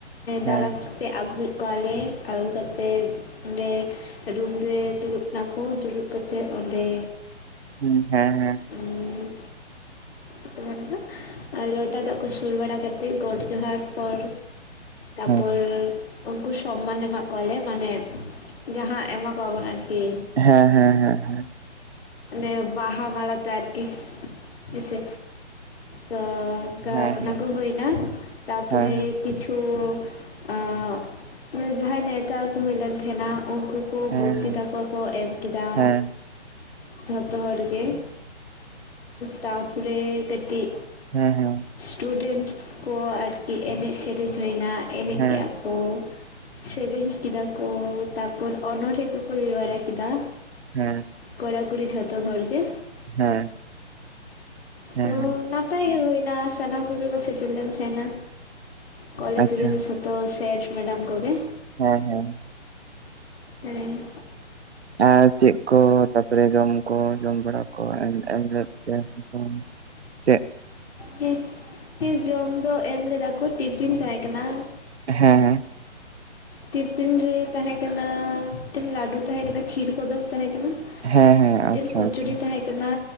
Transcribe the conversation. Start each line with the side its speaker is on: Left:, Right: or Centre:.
Right: ᱦᱮᱸ
Left: ᱫᱟᱨᱟᱢᱼᱼ ᱛᱮ ᱟᱹᱜᱩᱭᱮᱫ ᱠᱚᱣᱟᱞᱮ ᱟᱹᱜᱩ ᱠᱟ ᱠᱟᱛᱮᱫ ᱚᱸᱰᱮᱼᱼ ᱨᱩᱢ ᱨᱮ ᱫᱩᱲᱩᱵ ᱱᱟᱠᱚ ᱫᱩᱲᱩᱵ ᱠᱟᱛᱮᱜ ᱚᱸᱰᱮᱼᱼ
Right: ᱦᱩᱸ ᱦᱮᱸ ᱦᱮᱸ
Left: ᱦᱩ <unintelligible> ᱫᱚ ᱟᱨ ᱞᱚᱴᱟ ᱫᱟᱜ ᱠᱚ ᱥᱩᱨ ᱵᱟᱲᱟ ᱠᱟᱛᱮᱫ ᱜᱚᱴ ᱡᱚᱦᱟᱨ ᱯᱚᱨ ᱛᱟᱯᱚᱨ᱾
Right: ᱦᱩᱸ
Left: ᱩᱱᱠᱩ ᱥᱚᱢᱢᱟᱱ ᱮᱢᱟ ᱠᱚᱣᱟᱞᱮ ᱢᱟᱱᱮ ᱡᱟᱦᱟᱸ ᱮᱢᱟ ᱠᱚᱣᱟᱵᱚᱱ ᱟᱨᱠᱤ᱾
Right: ᱦᱮᱸ ᱦᱮᱸ ᱦᱮᱸ ᱦᱮᱸ
Left: ᱮ ᱵᱟᱦᱟ ᱢᱟᱞᱟ ᱛᱮ ᱟᱨᱠᱤ ᱦᱮᱸᱥᱮ ᱛᱚᱼᱼ ᱚᱱᱠᱟ
Right: ᱦᱮᱸ
Left: ᱚᱱᱟ
Right: ᱦᱮᱸ
Left: ᱠᱚ ᱦᱳᱭᱱᱟ, ᱛᱟᱨᱯᱚᱨᱮ
Right: ᱦᱮᱸ ᱦᱮᱸ
Left: ᱠᱤᱪᱷᱩ ᱟᱸ ᱢᱟᱱᱮ ᱡᱟᱦᱟᱸᱭ ᱱᱮᱶᱛᱟ ᱟᱜᱩ ᱦᱩᱭᱞᱮᱱ ᱾ ᱛᱮᱦᱮᱱᱟ ᱩᱱᱠᱩ ᱠᱚ,
Right: ᱦᱮᱸ
Left: ᱵᱚᱠᱛᱤ ᱛᱟ ᱠᱚ, ᱠᱚ ᱮᱢ ᱠᱮᱫᱟ᱾
Right: ᱦᱮᱸ ᱦᱮᱸ
Left: ᱡᱷᱚᱛᱚ ᱦᱚᱲ ᱜᱮ, ᱛᱟᱨᱯᱚᱨᱮ ᱠᱟᱹᱴᱤᱡ
Right: ᱦᱮᱸ, ᱦᱮᱸ᱾
Left: ᱥᱴᱩᱰᱮᱱᱥ ᱠᱚ ᱟᱨᱠᱤ, ᱮᱱᱮᱡ ᱥᱮᱨᱮᱧ ᱦᱩᱭᱮᱱᱟ᱾ ᱮᱱᱮᱡ
Right: ᱦᱮᱸ
Left: ᱠᱮᱜᱼᱟ ᱠᱚ ᱥᱮᱨᱮᱧ ᱠᱮᱫᱟ ᱠᱚ ᱛᱟᱯᱚᱨ ᱚᱱᱚᱲᱦᱮ ᱠᱚᱠᱚ ᱞᱟᱹᱭ ᱵᱟᱲᱟ ᱠᱮᱫᱟ᱾
Right: ᱦᱮᱸ,
Left: ᱠᱚᱲᱟ ᱠᱩᱲᱤ ᱡᱷᱚᱛᱚ ᱦᱚᱲ ᱜᱮ᱾
Right: ᱦᱮᱸ, ᱦᱮᱸ
Left: ᱛᱚ ᱱᱟᱯᱟᱭ ᱜᱮ ᱦᱩᱭᱱᱟ, ᱥᱟᱱᱟᱢ ᱠᱚᱜᱮ ᱠᱚ ᱥᱮᱴᱮᱨ ᱞᱮᱱ ᱛᱟᱦᱮᱸᱱᱟ᱾ ᱠᱚᱞᱮᱡᱽ
Right: ᱟᱪᱪᱷᱟ
Left: ᱨᱮᱱ ᱡᱷᱚᱛᱚ ᱥᱮᱴ ᱢᱮᱰᱟᱢ ᱠᱚᱜᱮ,
Right: ᱦᱮᱸ, ᱦᱮᱸ᱾
Left: ᱦᱮᱸ,
Right: ᱟᱨ ᱪᱮᱫ ᱠᱚ ᱛᱟᱯᱚᱨᱮ ᱡᱚᱢ ᱠᱚ, ᱡᱚᱢ ᱵᱟᱲᱟ ᱠᱚ ᱮᱢ ᱞᱮᱫ ᱯᱮᱭᱟ ᱥᱮ? ᱦᱩᱸᱪᱮᱫ?
Left: ᱦᱮᱸ, ᱦᱮᱸ ᱡᱚᱢ ᱫᱚ ᱮᱢ ᱞᱮᱫᱟ ᱠᱚ, ᱴᱤᱯᱷᱤᱱ ᱛᱟᱦᱮᱸ ᱠᱟᱱᱟ᱾
Right: ᱦᱮᱸ,
Left: ᱴᱤᱯᱤᱱ ᱨᱮ ᱛᱟᱦᱮᱸ ᱠᱟᱱᱟ, ᱢᱤᱫᱴᱮᱱ ᱞᱟᱹᱰᱩ ᱛᱟᱦᱮᱸ ᱠᱟᱱᱟ ᱠᱷᱤᱨ ᱠᱚᱫᱚᱢ ᱛᱟᱦᱮᱸ ᱠᱟᱱᱟ᱾
Right: ᱦᱮᱸ ᱦᱮᱸ
Left: ᱢᱤᱫᱴᱮᱱ
Right: ᱟᱪᱪᱷᱟ
Left: ᱠᱩᱪᱩᱨᱤ
Right: ᱟᱪᱪᱷᱟ
Left: ᱛᱟᱦᱮᱸᱠᱟᱱᱟ,